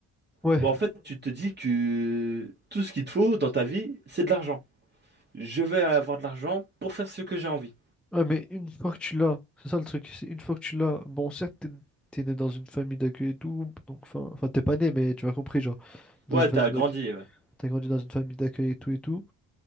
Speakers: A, in the centre; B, on the right.
A: ouais.
B: bon, en fait, tu te dis que tout ce qu'il te faut dans ta vie, c'est de l'argent. je vais avoir de l'argent pour faire ce que j'ai envie.
A: Ah, mais une fois que tu l'as, c'est ça le truc, c'est une fois que tu l'as, bon, certes, t'es, t'es né dans une famille d'accueil et tout, donc, enfin, enfin, t'es pas né, mais tu m'as compris, genre, dans
B: Ouais,
A: une
B: t'as
A: famille
B: grandi,
A: d'accueil,
B: ouais.
A: t'as grandi dans une famille d'accueil et tout et tout,